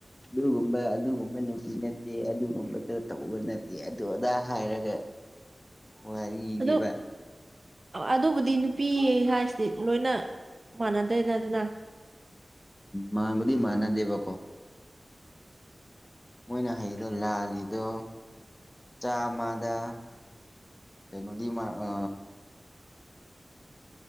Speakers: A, on the left (about 20°); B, on the right (about 45°).
A: ꯑꯗꯨꯒꯨꯝꯕ ꯑꯗꯨꯒꯨꯝꯕ ꯅꯨꯄꯤ ꯅꯠꯇꯦ ꯑꯗꯨꯒꯨꯝꯕꯗꯣ ꯇꯧꯕ ꯅꯠꯇꯦ ꯑꯗꯨ ꯑꯗꯥ ꯍꯥꯏꯔꯒ
B: <inaudible>
A: ꯋꯥꯔꯤꯗꯤꯕ
B: ꯑꯗꯣ ꯑꯗꯨꯕꯨꯗꯤ ꯅꯨꯄꯤ ꯍꯥꯏꯁꯤꯗꯤ ꯂꯣꯏꯅ ꯃꯥꯟꯅꯗꯦꯗꯗꯅ
A: ꯃꯥꯕꯨꯗꯤ ꯃꯅꯥꯗꯦꯕ ꯀꯣ ꯃꯣꯏꯅ ꯍꯩꯗꯣ ꯂꯥꯜꯂꯤꯗꯣ ꯆꯥꯃꯗ ꯀꯩꯅꯣꯗꯤ ꯃꯥ ꯑ